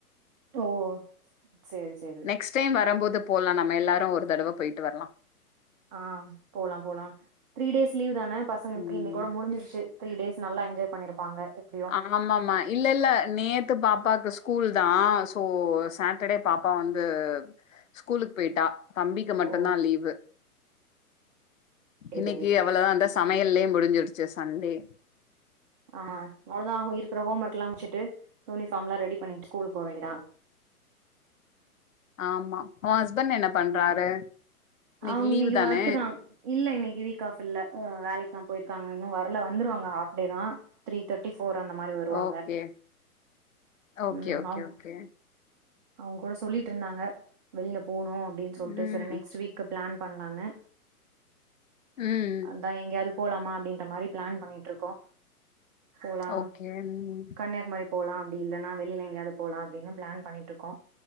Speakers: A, on the right (about 25°); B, on the left (about 55°).
A: ஓ சேர் சேர்
B: க்ஸ்ட் டைம் வரம்போது போலா நம்ம எல்லாரு ஒரு தடவ போயிட்டு வர்லா
A: ஆம் போலா போலா த்ரீ டேஸ் லீவுதான் ன பசங்ளுக்கு
B: உம்
A: இன்னைக்கோட முடிஞ்சிருச்சி த்ரீ டேஸ் நல்லா என்ஜாய் பண்ணிருப்பாங்க எப்டியு
B: ஆமா ஆமாமா இல்ல இல்ல நேத்து பாப்பாக்கு ஸ்கூல் தா சோ சேட்டர்டே பாப்பா வந்து ஸ்கூலுக்கு போயிட்டா தம்பிக்கு மட்டும்தா
A: ஓ
B: லீவு
A: செரி
B: இன்னிக்கு
A: செரி
B: அவ்ளோதா இந்த சமையல்லயே முடிஞ்சிருச்சு சண்டே
A: ஆஹ் அவ்ளோதா இருக்கிற ஹோம் ஒர்க் எல்லா முடிச்சுட்டு யூனிஃபார்ம்லா ரெடி பண்ணிட்டு ஸ்கூல் போ வேண்டியதுதா
B: ஆமா உ ஹஸ்பண்ட் என்ன பண்றாரு இன்னைக்கு
A: அவங்க
B: லீவ்
A: இன்னிக்கு
B: தானே
A: வொர்க் தா இல்ல இன்னிக்கு வீக் ஆஃப் இல்ல வேலைக்கு தா போயிருக்காங்க இன்னும வரல வந்துருவாங்க ஹஃப்டே தா த்ரீ தேர்டி போற அந்த மாறி வருவாங்க
B: ஓகே ஓகே
A: ம்
B: ஓகே
A: அவங்க
B: ஓகே
A: அவங்க கூட சொல்லிட்டு இருந்தாங்க வெளியில போணும் அப்டின்னு சொல்லிட்டு
B: ம்
A: சேரி நெக்ஸ்ட் வீக் பிளான் பண்லான்னு
B: ம்
A: அது அதா எங்கேயாவது போலாமா அப்டின்ற மாறி பிளான் பண்ணிட்டு இருக்கோ போலா
B: ஓகே ம்
A: கன்னியாகுமரி போலா அப்டி இல்லன்னா வெளியில எங்கயாவது போலா அப்டின்னு பிளான் பண்ணிட்டு இருக்கோ